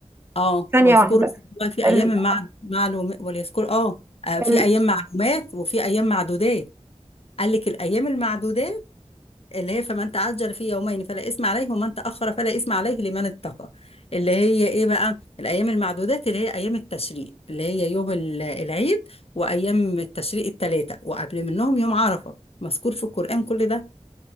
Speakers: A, on the left; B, on the right.
A: اه
B: ثانية
A: واذكروا
B: واحدة
A: اسمه في ايام
B: ال...
A: مع... معلوم وليذكروا اه آه، في
B: ال...
A: ايام معلومات وفي ايام معدودات قال لك الايام المعدودات اللي هي فمن تعجل في يومين فلا اثم عليه ومن تاخر فلا اثم عليه لمن اتقى اللي هي ايه بقى الايام المعدودات اللي هي ايام التشريق اللي هي يوم ال- العيد وايام التشريق الثلاثه وقبل منهم يوم عرفه مذكور في القران كل ده